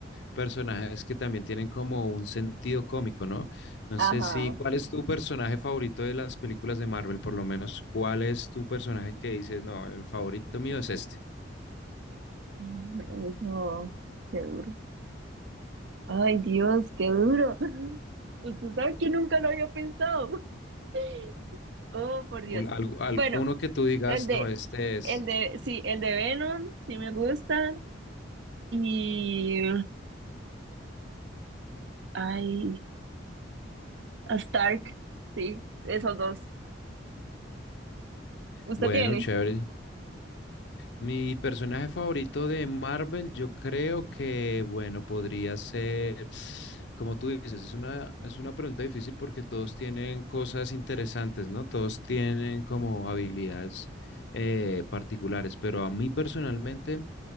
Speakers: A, on the left; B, on the right.
A: personajes que también tienen como un sentido cómico, ¿no? No
B: Ajá.
A: sé si, ¿cuál es tu personaje favorito de las películas de Marvel? Por lo menos, ¿cuál es tu personaje que dices, no, el favorito mío es este?
B: Ay, Yo, qué duro. Ay, Dios, qué duro. <laughs> Usted sabe que nunca lo había pensado. <laughs> Oh, por
A: Un-
B: Dios.
A: algo- al-
B: Bueno,
A: uno que tú digas,
B: el de,
A: no, este es
B: el de, sí, el de Venom, sí me gusta. Y, ay, a Stark, sí, esos dos. ¿Usted
A: bueno,
B: tiene?
A: chévere. Mi personaje favorito de Marvel, yo creo que, bueno, podría ser, como tú dices, es una, es una pregunta difícil porque todos tienen cosas interesantes, ¿no? Todos tienen como habilidades eh, particulares, pero a mí personalmente